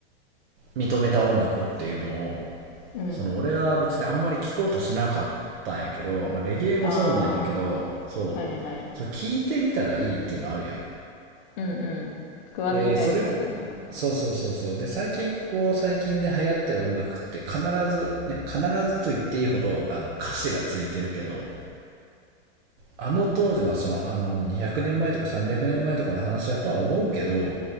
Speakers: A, on the right; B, on the left.
A: 認めた音楽っていうのを
B: うん
A: その俺は別にあんまり聴こうとしなかったんやけど、まあ、レゲエもそうなんやけどそうその聞いてみたらいいっていうのあるやん。
B: ああはいはいうんうん食わず嫌いみたいなね
A: でそれそうそうそうそうで最近ここ最近で流行ってる音楽って必ずね必ずと言っていいほどあの歌詞がついてるけどあの当時まそのあのもう200年前とか300年前とかの話やとは思うけど